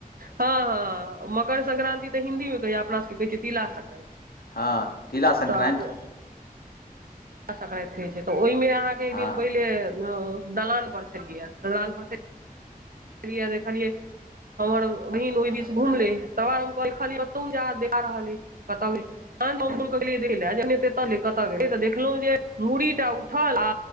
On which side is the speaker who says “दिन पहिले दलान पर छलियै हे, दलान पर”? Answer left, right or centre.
Right